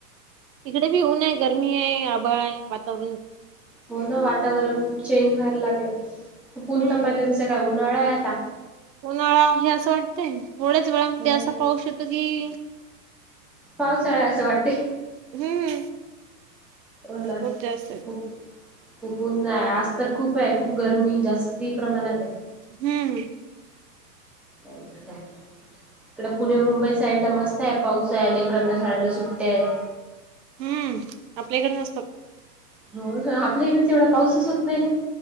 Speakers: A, on the right; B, in the centre.
A: इकडे बी ऊन आहे, गरमी आहे, आभाळ आहे, वातावरण.
B: हो ना वातावरण खूप चेंज व्हायला लागलं खुप ऊन
A: हम्म
B: पहिलं तस काय उन्हाळा आहे आता.
A: उन्हाळा हे असं वाटतंय, थोड्याच वेळामध्ये
B: हो
A: असा
B: ना
A: पाऊस येतो की.
B: पावसाळा असं वाटतंय.
A: हम्म
B: हो ना
A: खूप जास्त येतो
B: खूप. खूप ऊन आहे, आज तर खूप आहे, खूप गरमी जास्ती प्रमाणात आहे.
A: हम्म
B: काय तर काय. इकडे पुणे मुंबई साईडला मस्त आहे, पाऊस आहे, लेकरांना शाळेला सुट्ट्या आहे.
A: हम्म आपल्याकडे नसतात.
B: हो आपल्या इकडे तेवढा पाऊसच होत नाही ना.